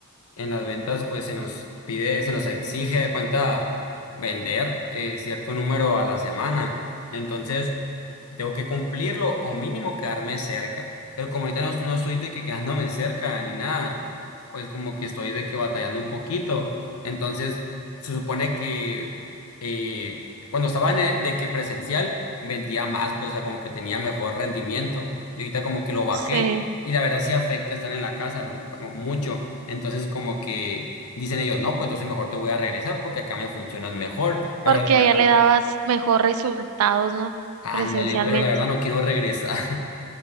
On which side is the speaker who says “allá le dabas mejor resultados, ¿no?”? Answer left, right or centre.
Right